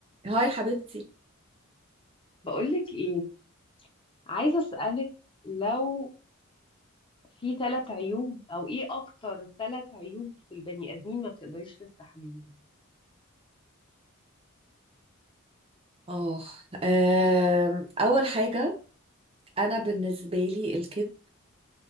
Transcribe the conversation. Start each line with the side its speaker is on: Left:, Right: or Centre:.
Right: هاي حبيبتي
Left: بقولك ايه عايزة اسألك لو في ثلاث عيوب او ايه اكتر ثلاث عيوب في البني ادمين ما بتقدريش تستحمليهم
Right: اه آم، اول حاجه انا بالنسبه لي الكذب